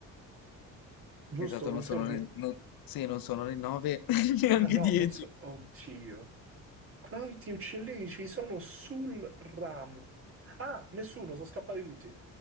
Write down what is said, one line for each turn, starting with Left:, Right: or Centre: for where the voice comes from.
Right: Giusto,
Left: esatto,
Right: confermi?
Left: non sono né, non, sì, non sono né 9 <laughs> neanche
Right: Ah no,
Left: 10.
Right: non so. Oddio. Quanti uccellini ci sono sul ramo? Ah, nessuno, sono scappati tutti.